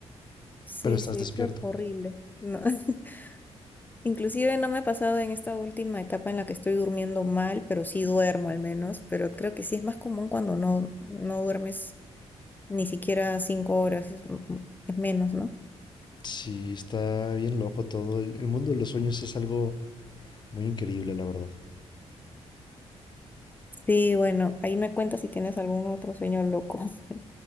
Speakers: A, on the left; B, on the left.
A: Sí,
B: pero estás
A: sí,
B: despierto.
A: eso es horrible. No. <laughs> Inclusive no me ha pasado en esta última etapa en la que estoy durmiendo mal, pero sí duermo al menos, pero creo que sí es más común cuando no, no duermes ni siquiera cinco horas, es, m- m- es menos, ¿no?
B: Sí, está bien loco todo. El, el mundo de los sueños es algo muy increíble, la verdad.
A: Sí, bueno, ahí me cuentas si tienes algún otro sueño loco. <laughs>